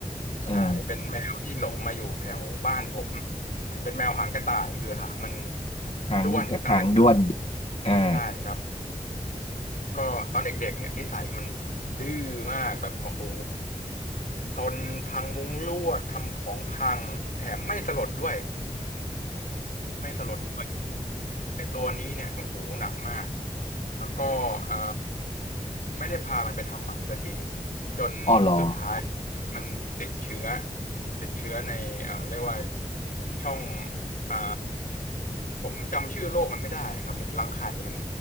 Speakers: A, on the left (about 50°); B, on the left (about 70°).
A: เออ
B: ใช่เป็นแมวที่หลงมาอยู่แถวบ้านผมอืมเป็นแมวหางกระต่ายคือหางมัน
A: หางหางด้วน
B: ด้วนตั้งแต่เกิด
A: อ่า
B: ใช่ครับก็ตอนเด็กๆเนี่ยนิสัยมันดื้อมากแบบโอ้โหซนพังมุ้งลวดทำของพังแถมไม่สลดด้วยไม่สลดด้วย ไอตัวนี้เนี่ยโอ้โหหนักมากแล้วก็เอ่อไม่ได้พามันไปทำหมันสักทีจนสุดท้าย
A: อ้อเหรอ
B: มันติดเชื้อติดเชื้อในเอ่อเรียกว่าช่องอ่าผมจำชื่อโรคมันไม่ได้ครับเหมือนรังไข่มัน